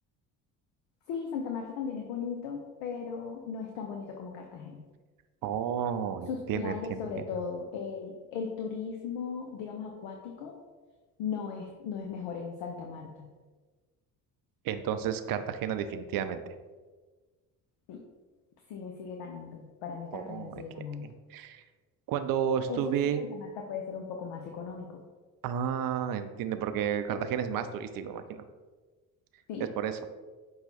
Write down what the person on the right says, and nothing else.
Oh,
entiendo,
entiendo,
entiendo.
Entonces, Cartagena definitivamente.
Oh,
aquí,
aquí. Cuando estuve...
Ah, entiendo, porque Cartagena es más turístico, imagino.
Es por eso.